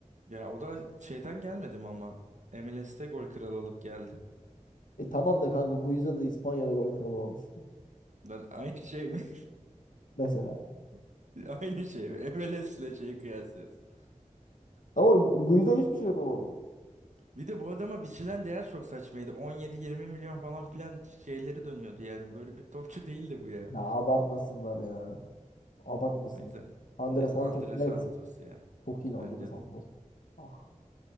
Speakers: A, on the right; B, on the left.
A: Ya o da şeyden gelmedim ama MLS'te gol kralı olup geldi.
B: E tamam da kanka Guiza da İspanya'da gol kralı olmuştu.
A: Ben <laughs> aynı şey mi?
B: Mesela.
A: <laughs> Aynı şey mi? MLS'le şeyi kıyaslıyorsun.
B: Ama Guiza hiçbir şey yapamadı.
A: Bir de bu adama biçilen değer çok saçmaydı. 17-20 milyon falan filan şeyleri dönüyordu yani. Böyle bir topçu değildi bu ya.
B: Ya abartmasınlar ya. Abartmasınlar.
A: O yüzden
B: Andre
A: net
B: Santos
A: Andre
B: net.
A: Santos ya.
B: Çok iyi Andre
A: Bence
B: Santos.
A: de.
B: Ah,